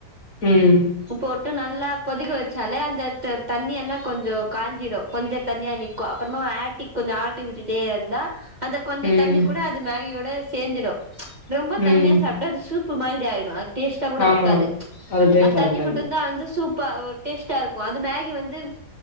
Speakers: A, on the left (about 55°); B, on the right (about 30°).
A: ம்
B: போட்டு நல்லா கொதிக்க வச்சாலே அந்த த தண்ணியெல்லா கொஞ்சோ காஞ்சிடு கொஞ்ச தண்ணியா நி க அப்பறமா ஆடிக் கொஞ்ச ஆர்டி விட்டுட்டே ந்தா அந்த கொஞ்ச
A: ம்,
B: தண்ணி கூட அது மேகியோட சேந்துடு ரொம்ப
A: ம்.
B: தண்ணியா சாப்ட்டா அது சூப்பு மாரிடி ஆயிடு அ டேஸ்ட்டா கூட
A: ஆமா.
B: இருக்காது
A: அது டேஸ்ட்டா
B: அத் தண்ணி
A: இருக்காது.
B: மட்டுந்தா வந்து சூப் ப ஒரு டேஸ்ட்டா இருக்கு அது மேகி வந்து